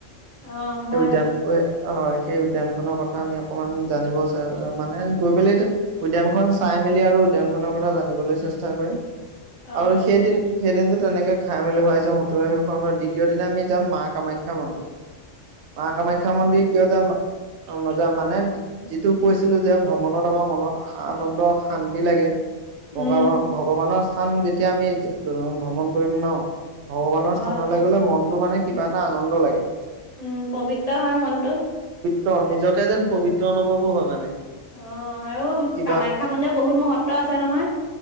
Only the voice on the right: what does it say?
উদ্যান অ ই হয় সেই উদ্যয়ান খনৰ কথা আমি অকমান জানিবো মানে গৈ পেলি উদ্যানখন চাই মেলি আৰু উদ্যান খনৰ কথা জানিবলৈ চেষ্টা কৰে
আৰু সেইদিন সেইদিনতো তেনেকে খাই মেলি ভুৱাই যাওঁ হোটেলৰ শে খোৱাৰ মত দ্বিতীয় দিনা আমি যাম মা কামাখ্যা মন্দিৰ। ম কামাখ্যা মন্দিৰ কহত, অ মজা মানে যিটো কৈছিলো যে ভ্ৰমণত আমাৰ মনত আনন্দ শান্তি লাগে। ভগ
ভগৱানৰ স্থান যেতিয়া আমি ভ্ৰমণ কৰিম ন। ভগৱানৰ
স্থানলৈ গলে মনটো মানে কিবা এটা আনন্দ লাগে।
ত নিজকে যেন পবিত্ৰ অনুভৱো হয় মানে
কিবা